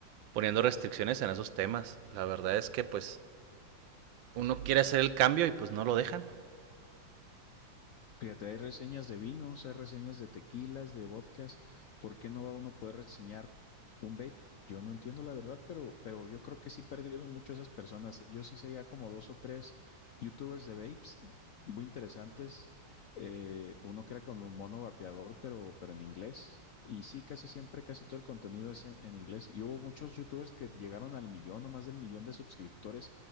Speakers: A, on the right; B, on the left.
A: poniendo restricciones en esos temas. La verdad es que pues uno quiere hacer el cambio y pues no lo dejan.
B: Fíjate, hay reseñas de vinos, hay reseñas de tequilas, de vodkas. ¿Por qué no va uno a poder reseñar un vape? Yo no entiendo la verdad, pero, pero yo creo que sí perdieron mucho esas personas. Yo sí seguía como dos o tres youtubers de vapes eh, muy interesantes. Eh, uno que era como un mono vapeador, pero, pero en inglés. Y sí, casi siempre, casi todo el contenido es en, en inglés. Y hubo muchos youtubers que llegaron al millón o más del millón de suscriptores